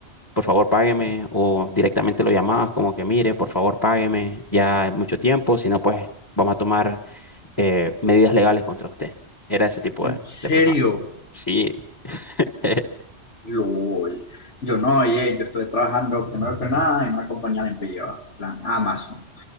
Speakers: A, on the left; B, on the left.
A: por favor págueme o directamente lo llamabas como que, mire, por favor págueme, ya es mucho tiempo, si no pues vamos a tomar eh, medidas legales contra usted. Era ese tipo
B: En
A: de,
B: serio,
A: de personas. Sí. <laughs>
B: LOL. Yo no, oye, yo estuve trabajando primero que nada en una compañía de envío, plan Amazon.